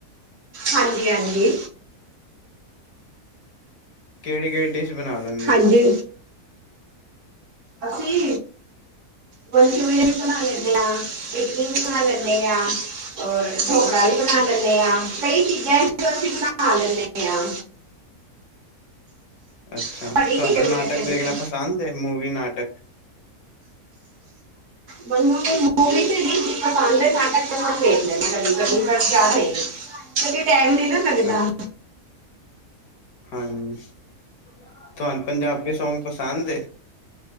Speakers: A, on the right; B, on the left.
A: ਹਾਂਜੀ, ਹਾਂਜੀ।
B: ਕਿਹੜੀ - ਕਿਹੜੀ ਡਿਸ਼' ਬਣਾ ਦਿੰਦੇ
A: ਹਾਂਜੀ।
B: ਹੋ ਤੁਸੀਂ।
A: ਅਸੀਂ ਵਰਚ ਵਜਨ ਕੋਣ ਆ ਲ ਤਲਾ। ਇਦਾ ਖਾਂ ਲੇਦੇ ਆਂ। ਔਰ ਡੋਗਰਾ ਵੀ ਬਣਾ ਲੈਂਦੇ ਹਾਂ, ਕਈ ਚੀਜ਼ਾਂ ਅਸੀਂ ਬਣਾ ਲੈਂਦੇ ਹਾਂ।
B: ਅੱਛਾ
A: ਤੁਹਾਡੀ
B: ਤੁਹਾਨੂੰ
A: ਕੀ ਫੇਵਰੇਟ
B: 'ਨਾਟਕ'
A: ਹੈ ਡਿਸ਼?
B: ਦੇਖਣਾ ਪਸੰਦ ਹੈ, ਮੂਵੀ' ਨਾਟਕ।
A: ਮੈਨੂੰ ਮਵੀ ਤੇ ਨੀ ਜ ਚਾਂਲੇ ਨਾਟਕ ਤਾਂ ਲ ਕ ਕਦੀ ਵਰਾਰੇ। ਕਦੇ 'ਟਾਈਮ' ਨੀ ਨਾ
B: ਅੱਛਾ
A: ਲੱਗਦਾ।
B: ਹਾਂਜੀ ਤੁਹਾਨੂੰ 'ਪੰਜਾਬੀ ਸੌਂਗ' ਪਸੰਦ?